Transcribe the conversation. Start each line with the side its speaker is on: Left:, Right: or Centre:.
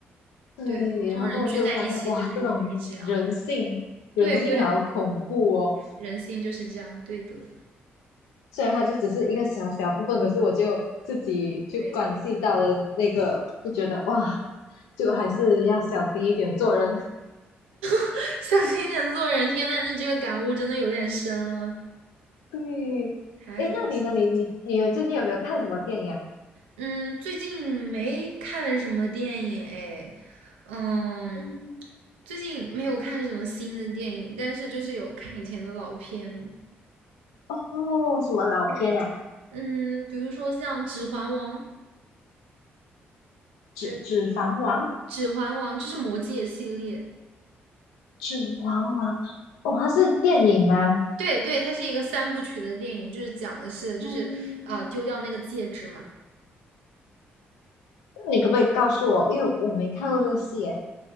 Left: 对，
Right: 对，普通人聚在一起就很容易这样。
Left: 然后过后就发现哇，这种人性人性好恐怖哦。
Right: 对对对，人性就是这样，对的，
Left: 虽然它就只是一个小小部分，可是我就自己就关系到了那个，
Right: 对，
Left: 就觉得哇，就还是要小心一点做人。
Right: <laughs> 小心点做人。天呐，那你这个感悟真的有点深了，
Left: 对，
Right: 太搞笑了。
Left: 诶，那你呢？你你你有最近有没有看什么电影啊？
Right: 嗯，最近没看什么电影哎，嗯，
Left: 嗯
Right: 最近没有看什么新的电影，但是就是有看以前的老片，
Left: 哦，什么老片呀、
Right: 对，嗯，比如说像《指环王》，
Left: 指指环王》
Right: 对。指环王》这是魔戒系列，
Left: 《指环王》哦，它是电影吗？
Right: 对对，它是一个三部曲的电影，就是讲的是就是啊、
Left: 嗯，
Right: 呃丢掉那个戒指嘛，
Left: 那你可不可以告诉我？因为我没看过这个戏耶。